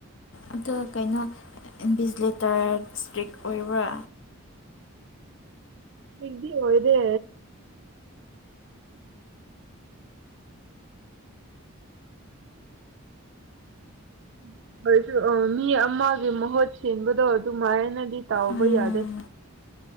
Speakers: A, on the left (about 55°); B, on the right (about 55°).
A: ꯑꯗꯣ ꯀꯩꯅꯣ ꯏꯟꯕꯤꯖꯤꯂꯦꯇ꯭ꯔ ꯁ꯭ꯇꯔꯤꯛ ꯑꯣꯏꯕ꯭ꯔꯥ
B: ꯕꯦꯛꯗꯤ ꯑꯣꯏꯗꯦ <unintelligible> ꯑꯥ ꯃꯤ ꯑꯃꯒꯤ ꯃꯍꯨꯠ ꯁꯤꯟꯕꯗꯣ ꯑꯗꯨꯃꯥꯏꯅ ꯗꯤ ꯇꯧꯕ
A: ꯎꯝ
B: ꯌꯥꯗꯦ